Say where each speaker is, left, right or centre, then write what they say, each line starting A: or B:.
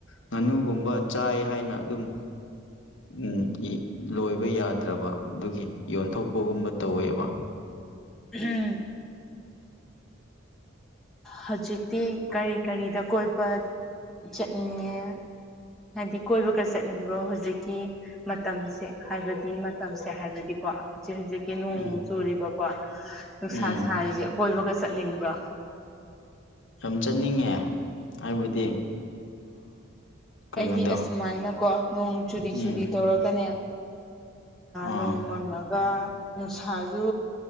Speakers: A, on the left; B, in the centre.
A: ꯉꯥꯅꯨꯒꯨꯝꯕ ꯆꯥꯏ ꯍꯥꯏꯅ ꯑꯗꯨꯝ ꯎꯝ ꯂꯣꯏꯕ ꯌꯥꯗ꯭ꯔꯕ ꯑꯗꯨꯒꯤ ꯌꯣꯟꯊꯣꯛꯄꯒꯨꯝꯕ ꯇꯧꯋꯦꯕ
B: ꯎꯝ ꯍꯧꯖꯤꯛꯇꯤ ꯀꯔꯤ ꯀꯔꯤꯗ ꯀꯣꯏꯕ ꯆꯠꯅꯤꯡꯉꯦ ꯍꯥꯏꯗꯤ ꯀꯣꯏꯕꯒ ꯆꯠꯅꯤꯡꯕ꯭ꯔꯣ ꯍꯧꯖꯤꯛꯀꯤ ꯃꯇꯝꯁꯦ ꯍꯥꯏꯕꯗꯤ ꯃꯇꯝꯁꯦ ꯍꯥꯏꯕꯗꯤꯀꯣ ꯍꯧꯖꯤꯛ ꯍꯧꯖꯤꯛ ꯅꯣꯡ
A: ꯎꯝ
B: ꯆꯨꯔꯤꯕꯀꯣ ꯅꯨꯡꯁꯥ
A: ꯎꯝ
B: ꯁꯥꯔꯤꯁꯦ ꯀꯣꯏꯕꯒ ꯆꯠꯅꯤꯡꯕ꯭ꯔꯥ
A: ꯌꯥꯝ ꯆꯠꯅꯤꯡꯉꯦ ꯍꯥꯏꯕꯗꯤ ꯀꯩꯅꯣꯗꯣ
B: ꯑꯩꯗꯤ ꯑꯁꯨꯃꯥꯏꯅꯀꯣ ꯅꯣꯡ ꯆꯨꯔꯤ
A: ꯎꯝ
B: ꯆꯨꯔꯤ ꯇꯧꯔꯒꯅꯦ
A: ꯑꯥ
B: ꯅꯣꯡꯃꯪꯉꯒ ꯅꯨꯡꯁꯥꯖ